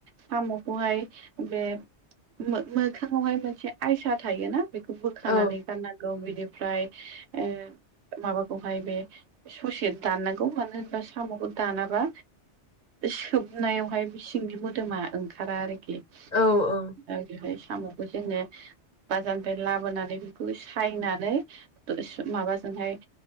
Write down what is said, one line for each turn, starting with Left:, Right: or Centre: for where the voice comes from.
Right: साम'खौहाय बे मोखाङावहाय मोनसे आयसा थायोना बेखौ बोखानानै
Left: औ
Right: गारनानै गौ बिनिफ्राय ओ माबाखौहाय बे ससे दाननांगौ मानो होनबा साम'खौ दानाबा सोब नायावहाय बि सिंनि मोदोमा ओंखारा आरोखि
Left: औ ओं
Right: <unintelligible> बेवहाय साम'खो जोङो बाजारनिफ्राय लाबोनानै बेखौ सायनानै माबाजोंहाय